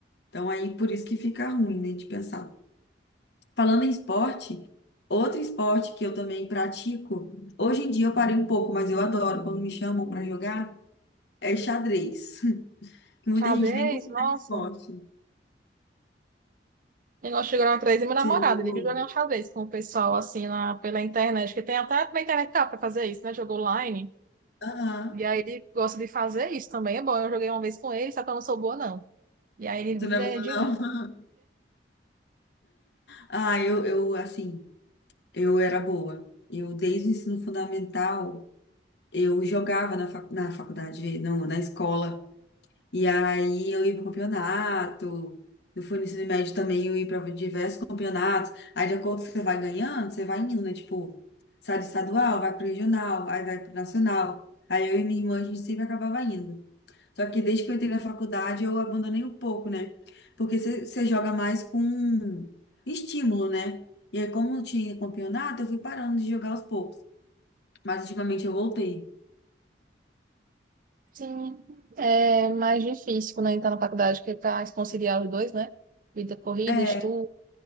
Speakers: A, on the left (about 65°); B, on the right (about 50°).
A: Então, aí por isso que fica ruim, né, de pensar. Falando em esporte, outro esporte que eu também pratico, hoje em dia eu parei um pouco, mas eu adoro quando me chamam para jogar, é xadrez. <laughs> Que muita
B: Xadrez,
A: gente nem considera
B: nossa.
A: esporte.
B: E nós chegamos atrás e meu namorado,
A: Você já jogou?
B: ele viu jogar um xadrez com o pessoal assim na, pela internet, que tem até na internet dá pra fazer isso, né? Jogo online.
A: Aham.
B: E aí ele gosta de fazer isso também. É bom, eu joguei uma vez com ele, só que eu não sou boa, não. E aí ele
A: Você
B: me
A: não
B: ganha
A: é boa,
B: de
A: não?
B: mim.
A: <laughs> Ah, eu, eu assim. Eu era boa. Eu, desde o ensino fundamental, eu jogava na, fac- na faculdade, não, na escola. E aí eu ia para campeonato. Eu fui no ensino médio também, eu ia para diversos campeonatos. Aí, de acordo com o que você vai ganhando, você vai indo, né? Tipo, sai do estadual, vai pro regional, aí vai pro nacional. Aí eu e minha irmã, a gente sempre acabava indo. Só que desde que eu entrei na faculdade, eu abandonei um pouco, né? Porque você joga mais com estímulo, né? E aí, como não tinha campeonato, eu fui parando de jogar aos poucos. Mas ultimamente eu voltei.
B: Sim, é mais difícil quando a gente tá na faculdade, que tá conciliar os dois, né? Vida corrida,
A: É,
B: estudo.